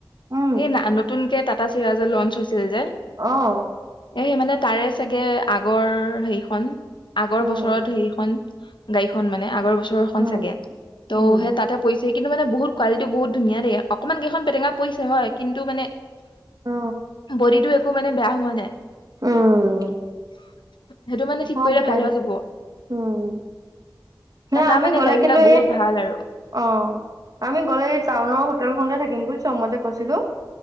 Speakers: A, on the right; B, on the left.
A: উম
B: এই নতুনকে টাটা চিৰাজ লঞ্চ হৈছিল যে।
A: অ'।
B: এ সেই মানে তাৰে চাগে আগৰ সেইখন আগৰ
A: উম
B: বছৰত সেইখন গাড়ী খন মানে আগৰ বছৰ খন
A: উম
B: চাগে ত'
A: উম।
B: সেই তাতে পইচ সেই কিন্তু মানে বহুত কোৱালিটি বহুত ধুনীয়া দেই অকমান কেইখন পেটেঙা পৰিছে হয় কিন্তু মানে
A: অ,
B: বডিটো একো মানে বেয়া হোৱা নাই
A: উম।
B: সেইটো মানে ঠিক
A: হওক
B: কৰিলে
A: দে
B: ভাল হৈ যাব
A: উম হে
B: টাটা
A: আমি
B: মানে
A: গলা
B: গাড়ী বিলাক
A: কিন্তু
B: বহুত
A: এই
B: ভাল আৰু
A: অ আমি গ'লে টাউনৰ হোটেলখনতে থাকিম বুলি চ মতে কৈছিলো।